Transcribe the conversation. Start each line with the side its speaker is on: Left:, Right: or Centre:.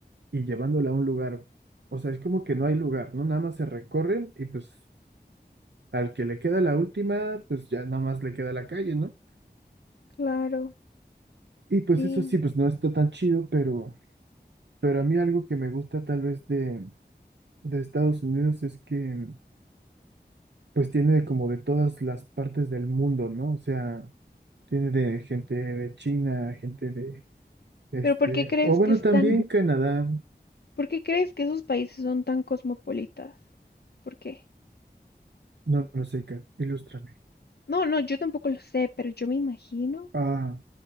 Right: y llevándolo a un lugar, o sea, es como que no hay lugar, ¿no? Nada más se recorren y pues al que le queda la última, pues ya nada más le queda la calle, ¿no?
Left: claro.
Right: Y pues
Left: Sí.
Right: eso sí, pues no está tan chido, pero... Pero a mí algo que me gusta tal vez de, de Estados Unidos es que pues tiene como de todas las partes del mundo, ¿no? O sea, tiene de gente de China, gente de este,
Left: Pero ¿por qué crees
Right: o bueno,
Left: que están,
Right: también Canadá,
Left: por qué crees que esos países son tan cosmopolitas? ¿Por qué?
Right: no lo sé, Kat, ilústrame.
Left: No, no, yo tampoco lo sé, pero yo me imagino
Right: Ah,